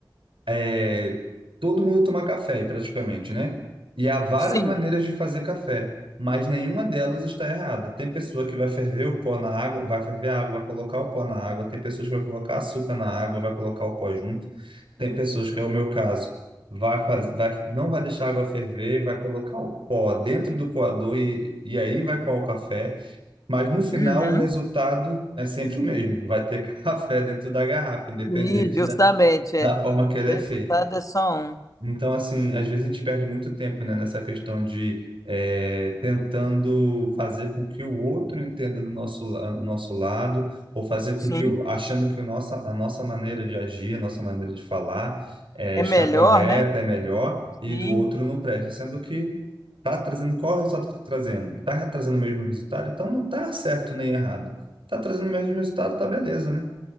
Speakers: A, on the right; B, on the left.
A: é, todo mundo toma café, praticamente, né? E há várias
B: sim.
A: maneiras de fazer café, mas nenhuma delas está errada. Tem pessoa que vai ferver o pó na água, vai ferver a água, vai colocar o pó na água. Tem pessoas que vai colocar açúcar na água, vai colocar o pó junto. Tem pessoas que é o meu caso, vai, faz- vai não vai deixar a água ferver, vai colocar o pó dentro do coador e, e aí vai coar o café. Mas no final
B: Uhum.
A: o resultado é sempre o mesmo. Vai ter <laughs> café dentro da garrafa, independente
B: Sim, justamente,
A: da, da
B: é.
A: forma que ele
B: O
A: é
B: resultado
A: feito.
B: é só um.
A: Então, assim, às vezes a gente perde muito tempo, né, nessa questão de eh, tentando fazer com que o outro entenda do nosso, la- do nosso lado, ou fazer
B: Sim,
A: com que, o- achando que o nossa, a nossa maneira de agir, a nossa maneira de falar eh,
B: é
A: está
B: melhor,
A: correta,
B: né?
A: é melhor, e
B: Sim,
A: do outro não presta, sendo que está trazendo qual é o resultado que está trazendo? Está trazendo o mesmo resultado? Então não está certo nem errado. Está trazendo o mesmo resultado, tá beleza, né?